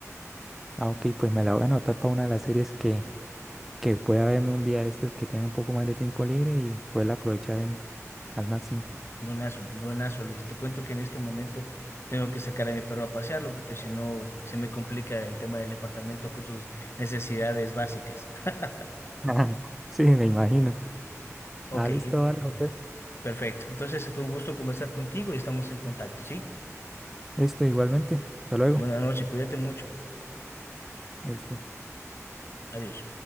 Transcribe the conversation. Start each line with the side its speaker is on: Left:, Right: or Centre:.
Centre: Ah, ok, pues me la voy a anotar para una de las series que, que pueda verme un día de estos que tenga un poco más de tiempo libre y poderla aprovechar en- al máximo.
Left: Buenazo, buenazo, Luis. Te cuento que en este momento tengo que sacar a mi perro a pasearlo porque si no se me complica el tema del departamento con sus necesidades básicas. <laughs>
Centre: <laughs> Sí, me imagino.
Left: Ok,
Centre: Ah,
Left: y-
Centre: listo, vale, José.
Left: perfecto. Entonces fue un gusto conversar contigo y estamos en contacto, ¿sí?
Centre: Listo, igualmente. Hasta luego.
Left: Buenas noches, cuídate mucho.
Centre: Listo.
Left: Adiós.